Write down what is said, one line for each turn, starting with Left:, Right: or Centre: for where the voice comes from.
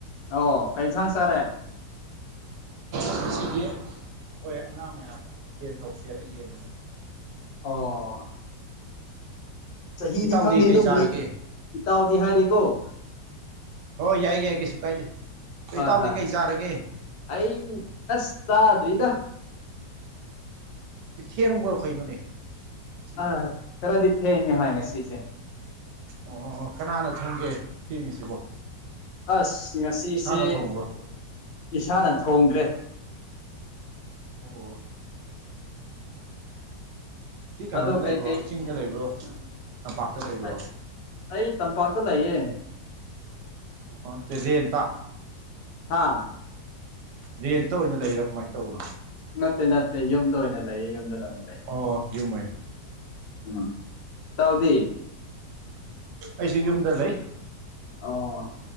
Left: ꯑꯣ ꯀꯩ ꯏꯟꯁꯥꯡ ꯆꯥꯔꯦ?
Right: ꯉꯁꯤꯗꯤ ꯑꯈꯣꯏ ꯑꯉꯥꯡ ꯃꯌꯥꯝꯅ ꯌꯦꯟ ꯇꯧꯁꯦꯅ ꯌꯦꯟ ꯑ‌ꯣꯏꯅ
Left: ꯑꯣ ꯆꯍꯤꯗꯤ
Right: ꯏꯇꯥꯎꯗꯤ
Left: ꯈꯪꯗꯦ
Right: ꯀꯩ
Left: ꯑꯗꯨꯕꯨ
Right: ꯆꯥꯔꯒꯦ
Left: ꯏ ꯏꯇꯥꯎꯗꯤ ꯍꯥꯏꯔꯦꯀꯣ ꯫
Right: ꯍꯣꯏ ꯌꯥꯏ ꯌꯥꯏ ꯀꯩꯁꯨ ꯀꯥꯏꯗꯦ ꯗ‍ꯣ
Left: ꯍꯣꯏ
Right: ꯏꯇꯥꯎꯗꯤ
Left: ꯍꯣꯏ
Right: ꯀꯩ ꯆꯥꯔꯒꯦ?
Left: ꯑꯩ ꯑꯁ ꯆꯥꯗ꯭ꯔꯤꯗ ꯫
Right: ꯊꯦꯡꯕ꯭ꯔ‌ꯣ ꯀꯩꯅꯣꯅꯦ? ꯉꯁꯤꯗꯤ
Left: ꯑꯥ ꯈꯔꯗꯤ ꯊ‌ꯦꯡꯉ‌ꯦ ꯍ‌ꯣꯏ ꯉꯁꯤꯁꯦ ꯫
Right: ꯑꯣ ꯀꯅꯥꯅ ꯊꯣꯡꯒꯦ ꯊꯦꯡꯉꯤꯁꯤꯕꯣ?
Left: ꯑꯁ ꯉꯁꯤꯁꯦ
Right: ꯏꯁꯥꯅ ꯊꯣꯡꯕ꯭ꯔꯣ
Left: ꯏꯁꯥꯅ ꯊꯣꯡꯗ꯭ꯔꯦ ꯫
Right: ꯑꯣ ꯁꯤ ꯀꯩꯅꯣꯗ
Left: ꯑꯗꯣ ꯀꯩꯀꯩ
Right: ꯂꯩꯕ꯭ꯔꯣ, ꯆꯤꯡꯗ ꯂꯩꯕ꯭ꯔꯣ, ꯇꯝꯄꯥꯛꯇ ꯂꯩꯕ꯭ꯔꯣ?
Left: ꯑꯩ ꯑꯩ ꯇꯝꯄꯥꯛꯇ ꯂꯩꯌꯦ ꯫
Right: ꯑꯣ ꯔꯦꯟꯠꯇꯥ
Left: ꯍꯥꯥ
Right: ꯔꯦꯟꯇ ꯑꯣꯏꯅ ꯂꯩꯔꯥ ꯀꯃꯥꯏꯅ ꯇꯧꯕꯅꯣ?
Left: ꯅꯠꯇꯦ ꯅꯠꯇꯦ ꯌꯨꯝꯗ ꯑꯣꯏꯅ ꯂꯩꯌꯦ ꯌꯨꯝꯗꯗ ꯑꯣꯏꯅ ꯂꯩꯌꯦ ꯫
Right: ꯑꯣ ꯌꯨꯝ ꯑ‌ꯣꯏꯅꯥ
Left: ꯎꯝ ꯏꯇꯥꯎꯗꯤ
Right: <inaudible> ꯑꯩꯁꯨ ꯌꯨꯝꯗ ꯂꯩ ꯫
Left: ꯑꯣ